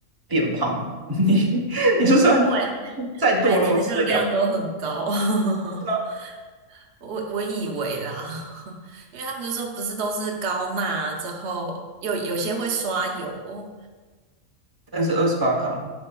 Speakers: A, on the right; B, on the right.
A: 变胖，<laughs> 你你就算
B: 因为
A: 再堕落吃得了，
B: 海苔热量都很高，<laughs>
A: 是吗？
B: 我我以为啦，<laughs> 因为他们就说不是都是高钠之后，有有些会刷油，
A: 但是二十八卡，